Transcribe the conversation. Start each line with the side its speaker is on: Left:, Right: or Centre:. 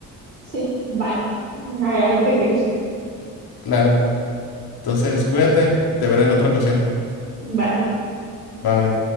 Right: sí, vale. A ver, algo que te guste.
Left: Claro. Entonces, cuídate. Te veré en otra ocasión.
Right: Vale.
Left: Bye.